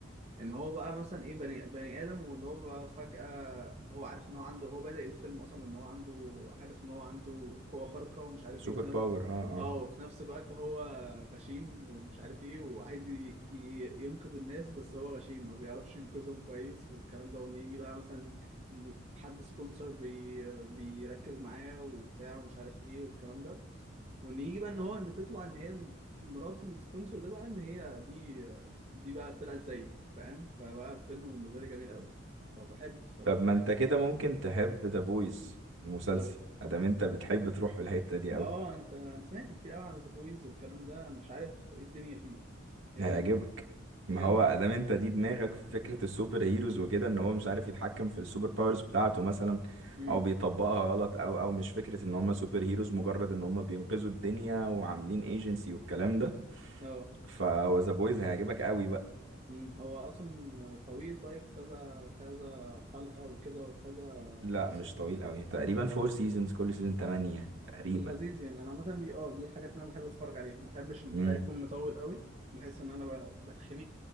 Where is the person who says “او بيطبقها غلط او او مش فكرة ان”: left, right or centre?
Right